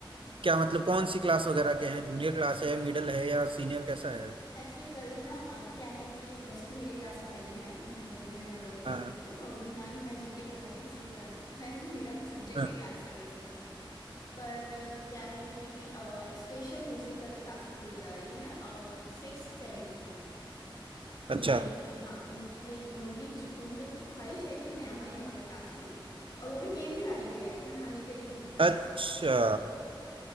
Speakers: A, on the right (about 75°); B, on the left (about 45°).
A: क्या मतलब कौन सी क्लास वगैरह के हैं जूनियर क्लास है मिडिल है या सीनियर कैसा है
B: एक्चुअली कल ना अ, क्या है कि वैसे तो मेरी क्लास बड़ी है मतलब मैं बड़े बच्चों
A: हाँ
B: को पढ़ाती हूँ और अभी ना ही मैं जीके पढ़ाती कुछ नहीं पढ़ाती <laughs> मैं मेरा सब्जेक्ट
A: हाँ
B: ही मैथ्स है वैसे तो पर अ, क्या है कि अ, एक स्पेशल मुझे कल क्लासेस दी जा रही है सिक्स सेवेंथ की
A: अच्छा
B: कि हाँ उनकी ये उनकी ज- मतलब की ख्वाहिश है कि मैम आए हमारी क्लास में और वो भी गेम खिलाने के लिए आई पढ़ाने के लिए नहीं आई बताओ
A: अच्छा